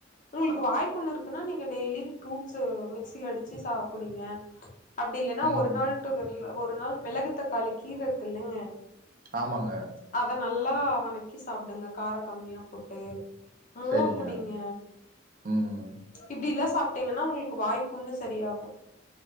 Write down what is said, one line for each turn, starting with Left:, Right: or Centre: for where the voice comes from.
Left: உங்குளுக்கு வாய்ப்புண்ணு இருக்குன்னா நீங்க டெய்லி ஃப்ரூட்ஸ்ஸ மிக்சில அடிச்சு சா குடிங்க அப்டி இல்லன்னா
Right: ம்
Left: ஒரு நாள் டு ஒரு நாள் மெளகுத்தக்காளி கீர இருக்குல்லங்க
Right: ஆமாங்க
Left: அத நல்லா வனக்கி சாப்டுங்க கார கம்மியா போட்டு மோர்
Right: சேரிங்க
Left: குடிங்க
Right: ம்
Left: இப்டில்லா சாப்ட்டீங்கன்னா உங்குள்க்கு வாய்ப்புண்ணு சரியாகும்